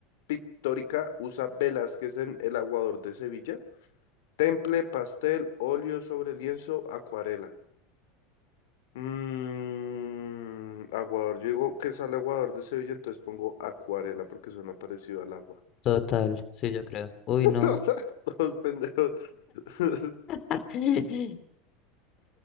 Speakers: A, on the left; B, on the left.
A: pictórica usa Velázquez en El aguador de Sevilla? Temple, pastel, óleo sobre lienzo, acuarela. Mm, aguador, yo digo que sale aguador de Sevilla, entonces pongo acuarela porque suena parecido al agua.
B: total, sí, yo creo. Uy,
A: <laughs>
B: no.
A: Todos pendejos. <laughs>
B: <laughs>